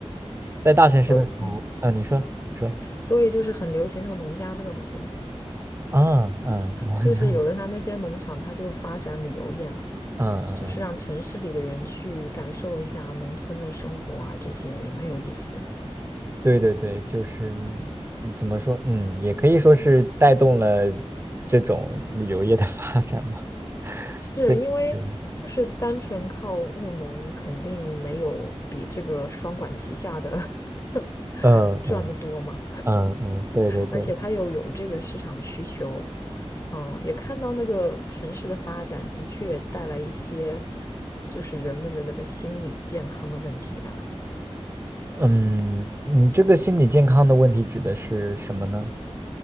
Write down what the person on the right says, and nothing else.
在大城市的时候，
嗯、你说说
啊，嗯，<laughs>
嗯嗯嗯。
对对对，就是嗯怎么说，嗯，也可以说是带动了这种旅游业的 <laughs> 发展吧。
对，对
嗯嗯
嗯嗯，对对对，
嗯，你这个心理健康的问题指的是什么呢？